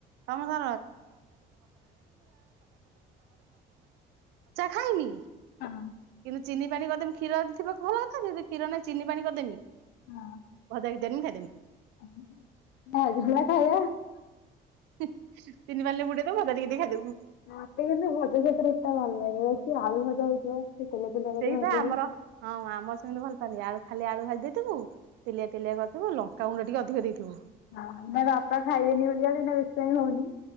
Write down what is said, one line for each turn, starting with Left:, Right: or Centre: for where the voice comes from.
Right: <unintelligible> ଭଜା ଖାଇନି?
Left: ହଁ।
Right: କିନ୍ତୁ ଚିନି ପାଣି କରି ଦେମି କ୍ଷୀର ଥିବ ତ ଭଲ କଥା। ଯଦି କ୍ଷୀର ନହିଁ ଚିନି ପାଣି କରି ଦେମି।
Left: ହଁ
Right: ଭଜା। <unintelligible>
Left: <inaudible>
Right: ଚିନି ପାଣି ରେ ବୁଡ଼େଇ ଦବୁ, ଭଜା ଟିକେ ଟିକେ ଖାଇ ଦେବୁ।
Left: ମତେ କିନ୍ତୁ ଭଜା ସହିତ ରୁଟି ଟା ଭଲ ଲାଗେ। <unintelligible> ଆଳୁ ଭଜା ହେଇଥିବ। <unintelligible>
Right: ସେଇପା
Left: ଭାଜିଥିବେ
Right: ଆମର ହଁ ଆମ ସେନ୍ତି ଭଲ ପାଆନ୍ତି। ଆଳୁ ଖାଲି ଆଳୁ ଭାଜି ଦେଇଥିବୁ, ତେଲିଆ ତେଲିଆ କରିଥିବୁ, ଲଙ୍କା ଗୁଣ୍ଡ ଟିକେ ଅଧିକ ଦେଇଥିବୁ।
Left: ହଁ ନା ବାପା ଖାଇବେନି ବୋଲିକା ଏଇନା ବେଶି ଟାଇମ୍ ହଉନି।